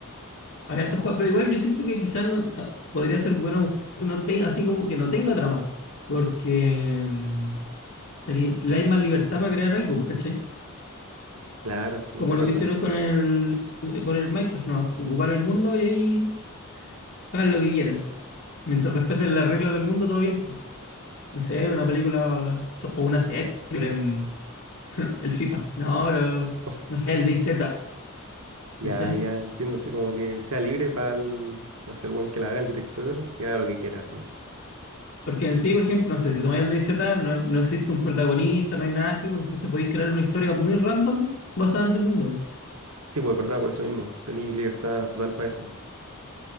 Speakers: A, on the left; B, on the right.
A: hay hartos juegos, pero igual yo siento que quizás no, ah, podría ser bueno un juego que no tenga, así como que no tenga trama, porque mm, teni- le hay más libertad para crear algo, pues, ¿cachai?
B: Claro, sí,
A: Como
B: es
A: lo
B: verdad.
A: que hicieron con
B: <laughs>
A: el, con el Minecraft, nomás, ocupar el mundo y ahí hagan lo que quieran. Mientras respeten las reglas del mundo, todo bien, pues. No sé, una película so- o una serie, sobre en- el FIFA. No, pero,
B: Oh,
A: no sé, el DayZ,
B: Ya,
A: ¿cachai?
B: ya, entiendo, así como que sea libre para el, no sé, el buen que la haga, el director, que haga lo que quiera, sí.
A: Porque en sí, por ejemplo, no sé, si tomáis el DayZ, no, no existe un protagonista, no hay nada así, pues entonces podéis crear una historia muy random basada en ese mundo,
B: Sí, pues verdad, por eso mismo, tenéis libertad total para eso.